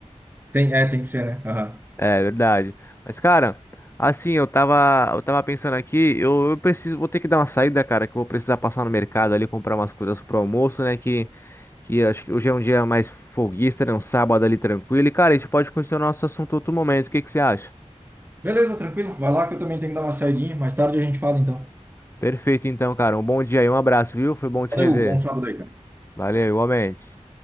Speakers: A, on the right; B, on the left.
A: Tem, é, tem que ser, né? Aham.
B: É verdade. Mas, cara, assim, eu tava, eu tava pensando aqui, eu, eu preciso, vou ter que dar uma saída, cara, que eu vou precisar passar no mercado ali, comprar umas coisas pro almoço, né? Que, que acho que hoje é um dia mais folguista, né? Um sábado ali tranquilo. E, cara, a gente pode continuar nosso assunto outro momento. O que que você acha?
A: Beleza, tranquilo. Vai lá que eu também tenho que dar uma saidinha. Mais tarde a gente fala, então.
B: Perfeito, então, cara. Um bom dia e um abraço, viu? Foi bom te
A: Valeu,
B: rever.
A: bom sábado aí, cara.
B: Valeu, igualmente.